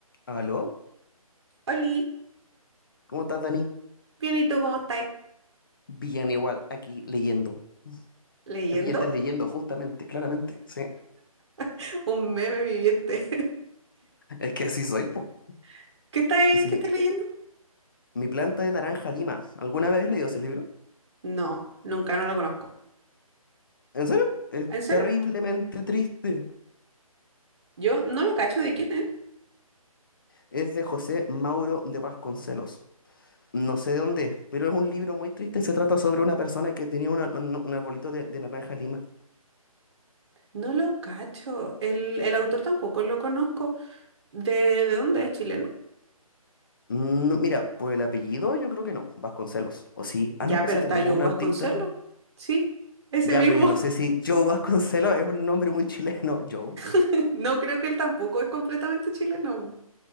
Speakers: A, on the left; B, on the right.
A: ¿Aló?
B: Oli,
A: ¿Cómo estás, Dani?
B: bien, ¿y tú cómo estáis?
A: Bien igual, aquí leyendo.
B: ¿Leyendo?
A: Me pillaste leyendo, justamente, claramente. Sí,
B: <laughs> Un meme viviente.
A: es que así soy, po.
B: <laughs> ¿Qué estáis,
A: Sí,
B: qué estáis leyendo?
A: Mi planta de naranja lima. ¿Alguna vez has leído ese libro?
B: No, nunca, no lo conozco.
A: ¿En serio? Es
B: ¿En serio?
A: terriblemente triste.
B: Yo no lo cacho de quién es.
A: Es de José Mauro de Vasconcelos. No sé de dónde es, pero es un libro muy triste. Se trata sobre una persona que tenía una- un, un arbolito de, de naranja lima.
B: No lo cacho. El, el autor tampoco lo conozco. ¿De, de dónde es? ¿Chileno?
A: Mm, mira, por el apellido yo creo que no, Vasconcelos. ¿O sí?
B: Ya,
A: Ah, no, pues
B: pero
A: sí
B: está
A: tenemos
B: Joe
A: un
B: Vasconcelos.
A: artista.
B: Sí, ese
A: Ya,
B: mismo.
A: pero yo no sé si Joe Vasconcelos es un nombre muy chileno. <laughs> Joe.
B: <laughs> No creo que él tampoco es completamente chileno.